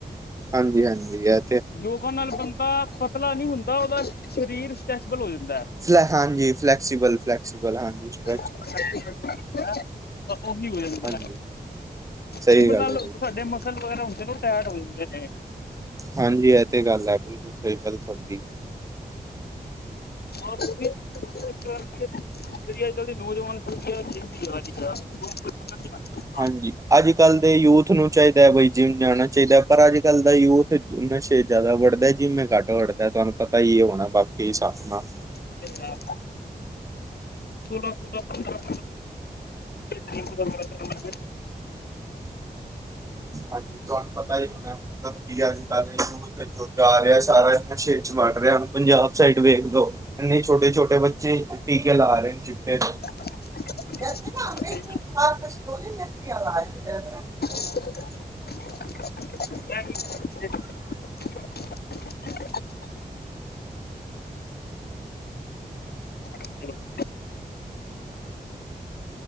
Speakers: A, on the right; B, on the left.
A: ਹਾਂਜੀ-ਹਾਂਜੀ ਏਹ
B: ਯੋਗਾ ਨਾਲ ਬੰਦਾ ਪਤਲਾ ਨਹੀਂ ਹੁੰਦਾ, ਓਹਦਾ ਸ਼ਰੀਰ ਸਟ੍ਰੈਸਿਬਲ ਹੋ ਜਾਂਦਾ ਏ।
A: ਫਲੈ ਹਾਂਜੀ ਫਲੈਕਸੀਬਲ-ਫਲੈਕਸੀਬਲ ਹਾਂਜੀ ਫ
B: ਉਹੀ ਹੋ ਜਾਂਦਾ।
A: ਹਾਂਜੀ ਸਹੀ
B: ਜਿੰਮ
A: ਗੱਲ
B: ਨਾਲ
A: ਹੈ ਜੀ
B: ਸਾਡੇ ਮਸਲ ਵਗੈਰਾ ਹੁੰਦੇ ਨੇ ਉਹ ਟੈਟ ਹੋ ਜਾਂਦੇ ਨੇ।
A: ਹਾਂਜੀ ਐ ਤੇ ਗੱਲ ਐ ਬਿਲਕੁਲ ਸਹੀ ਗੱਲ ਤੁਹਾਡੀ।
B: ਔਰ ਉਹੀ ਜਿਹੜੀ ਅੱਜਕੱਲ ਦੇ ਨੌਜਵਾਨ <unintelligible>
A: ਹਾਂਜੀ ਅੱਜਕੱਲ੍ਹ ਦੇ ਯੂਥ ਨੂੰ ਚਾਹੀਦਾ ਬਾਈ ਜਿਮ ਜਾਣਾ ਚਾਹੀਦਾ ਪਰ ਅੱਜਕੱਲ੍ਹ ਦਾ ਯੂਥ ਨਸ਼ੇ ਜ਼ਿਆਦਾ ਵੱਡਦਾ ਜਿਮ ਘੱਟ ਵੱੜਦਾ ਤੁਹਾਨੂੰ ਪਤਾ ਹੀ ਹੋਣਾ ਬਾਕੀ ਹਿਸਾਬ ਨਾਲ।
B: ਤੇ ਹਾਂ। ਸੋਲਾਂ-ਸੋਲਾਂ ਪੰਦਰਾਂ ਕੀ <unintelligible>
A: ਹਾਂਜੀ ਤੁਹਾਨੂੰ ਪਤਾ ਹੀ ਹੋਣਾ ਮਤਲਬ ਕੀ ਅਜਕੱਲ ਜਾ ਰਿਹਾ ਸਾਰਾ ਨਸ਼ੇ 'ਚ ਵੜ ਰਿਹਾ ਪੰਜਾਬ ਸਾਈਡ ਵੇਖ ਲੋ। ਨਹੀਂ ਛੋਟੇ-ਛੋਟੇ ਬੱਚੇ, ਟੀਕੇ ਲਾ ਰਹੇ ਨੇ ਚਿੱਟੇ
B: <unintelligible>
A: <unintelligible>
B: ਗਏ <unintelligible> <inaudible> ਹੈਲੋ